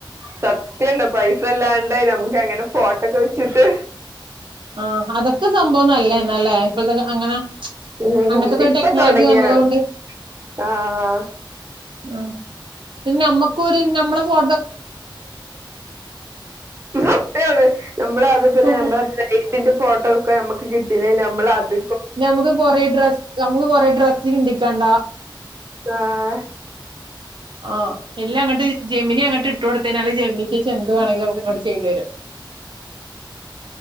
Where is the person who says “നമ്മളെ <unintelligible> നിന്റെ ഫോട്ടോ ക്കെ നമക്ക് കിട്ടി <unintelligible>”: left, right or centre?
Right